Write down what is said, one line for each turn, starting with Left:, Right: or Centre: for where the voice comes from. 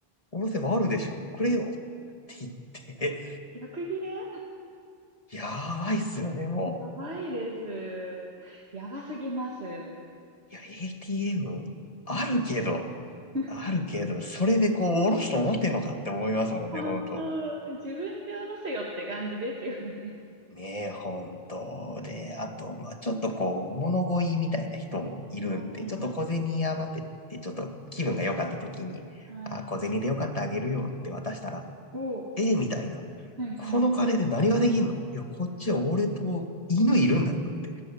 Left: 下ろせばあるでしょ。くれよ。って言って、
Right: 逆切れ
Left: やばいっすよね、
Right: <laughs>
Left: も
Right: やばいです。やばすぎます。
Left: う。いや、ATM あるけど、
Right: <laughs>
Left: あるけど、それでこう、下ろすと思ってんのかって思いますもんね、
Right: 本当、
Left: ほんと。
Right: 自分で下ろせよって感じですよね。
Left: ねえ、ほんと。で、あと、まあちょっとこう、物乞いみたいな人もいるんで、
Right: はいはい
Left: ちょっと小銭余ってって、ちょっと気分が良かった時に、
Right: はいはい。
Left: あ、小銭でよかったあげるよって渡したら、
Right: おう。
Left: えーみたいな。
Right: はいはい。
Left: この金で何ができんのいや、
Right: ひ
Left: こっちは俺と犬いるんだよだって。